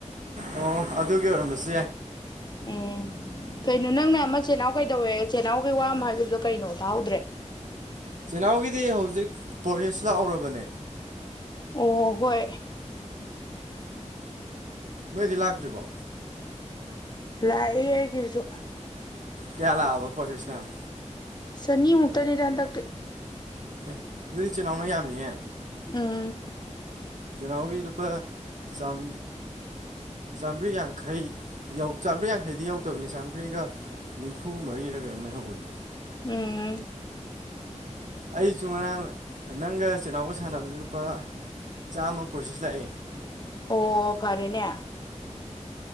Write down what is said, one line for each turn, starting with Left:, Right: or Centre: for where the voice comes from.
Right: ꯑꯣ ꯑꯗꯨꯒꯤ ꯑꯣꯏꯔꯝꯕꯁꯦ
Left: ꯎꯝ ꯀꯩꯅꯣ ꯅꯪꯅ ꯃꯆꯅꯣ ꯀꯩꯗ ꯩ ꯇꯧꯋꯦ ꯆꯦꯅꯥꯍꯎꯒꯤ ꯋꯥ ꯑꯃ ꯍꯥꯏꯈꯤꯕꯗꯣ ꯀꯩꯅꯣ ꯇꯥꯍꯧꯗ꯭ꯔꯦ
Right: ꯆꯤꯜ ꯏꯅꯥꯎꯒꯤꯗꯤ ꯍꯧꯖꯤꯛ ꯄ꯭ꯔꯣꯁꯦꯁ ꯂꯥꯛꯎꯔꯕꯅꯦ
Left: ꯑꯣ ꯍꯣꯏ
Right: ꯅꯣꯏꯗꯤ ꯂꯥꯛꯇ꯭ꯔꯤꯕꯣ
Left: ꯂꯥꯛꯑ ꯀꯁꯨ
Right: ꯀꯌꯥꯂꯕ ꯄꯁꯦꯁꯅꯦ
Left: ꯁꯅꯤ ꯃꯨꯛꯇꯗꯗ ꯑꯗꯇꯦ
Right: ꯑꯦ ꯑꯗꯨꯗꯤ ꯏꯆꯤꯜꯅꯥꯎꯅ ꯌꯥꯝꯃꯤꯍꯦ
Left: ꯎꯝ
Right: ꯆꯅꯥꯎꯒꯤꯗꯨꯨꯄꯥꯄꯥ ꯆꯝ ꯆꯥꯝꯃꯔꯤ ꯌꯥꯡꯈꯩꯧ ꯆꯥꯝꯃꯔꯤ ꯌꯥꯡꯈꯩꯗꯤ ꯌꯧꯗꯕꯅꯤ ꯆꯥꯝꯃꯔꯤꯒ ꯅꯤꯝꯐꯨ ꯃꯔꯤꯔꯒ ꯝ ꯍꯕꯅꯦ
Left: ꯎꯝ
Right: ꯑꯩꯁꯨ ꯉꯔꯥꯡ ꯅꯪꯒ ꯆꯤꯜꯍꯅꯥꯎꯕ ꯁꯥꯟꯅꯕꯗ ꯂꯨꯄꯥ ꯆꯥꯝꯃ ꯄ꯭ꯔꯣꯁꯦꯁ ꯂꯥꯛꯑ
Left: ꯑꯣ ꯐꯔꯦꯅꯦ